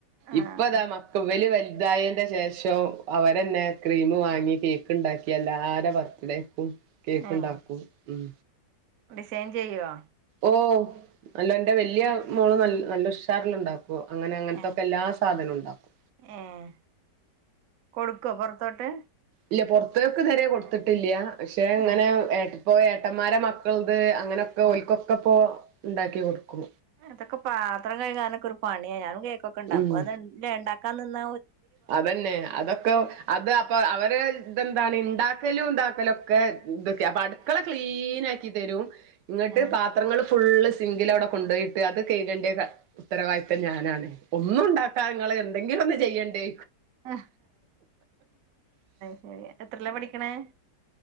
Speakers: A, on the right (about 65°); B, on the right (about 80°).
A: ആഹ്
B: ഇപ്പതാ മക്കള് ഇവല് വല് തായേന്റെ ശേഷം ആ തന്നെ ക്രീമു- വാങ്ങി കേക്ക് ഉണ്ടാക്കിയല്ല ആരെ ബർത്ത്ഡേ കേക്ക്
A: ഏഹ്
B: ഉണ്ടാക്കും ഉം
A: ഡിസൈൻ ചെയ്യുവ
B: ഓഹ് അല്ല എന്റെ വല്യയ മോള് നല്ല നല്ല ഉഷാറിലുണ്ടകും അങ്ങനെ അങ്ങനത്തൊക്കെ
A: ഏഹ്
B: എല്ലാ സാധനവും ഉണ്ടാക്കും
A: ഏഹ് കൊടുക്കോ പൊറത്തോട്ട്
B: ഇല്ല പുറത്തേക്ക് ഇതുവരെ കൊടുത്തിട്ടില്ല പക്ഷെ
A: ആ
B: ഇങ്ങനെ ഏട്ട പോയേട്ടന്മാരെ മക്കൾ അ അങ്ങനെയൊക്കെ
A: ആ
B: ഒക്കൊക്കെ പോ ഉണ്ടാക്കി കൊടുക്കും
A: അതൊക്കെ പാത്രം കഴകാനൊക്ക ഒരു പണിയ ഞാനും കേ ക്കക്കഉണ്ടാക്കും
B: ഉം
A: അത് ഉണ്ടാക്കാൻ നിന്ന
B: അതന്നെ അതൊക്കെ അത് അപ്പൊ അവരെ ഇതെന്താണ് ഉണ്ടാക്കലും ഇതാക്കലും ഒക്കെ ഇതൊക്കെ അപ്പൊ അടുക്കള ക്ലീൻ ആക്കി തരും ഇങ്ങട്ട്
A: ഏഹ്
B: പാത്രങ്ങള് ഫുള്ള് സിങ്കിൽ അവിടെ കൊുണ്ടു പോയി അത് കഴുകണ്ട ഉത്തരവാദ- <inaudible> ഒന്നും ഉണ്ടാക്കാനെ ഇങ്ങള് എന്തെങ്കിലും ഒന്ന് ചെയ്യണ്ടേ
A: അ ശരി എത്രയിലാ പഠിക്കണേ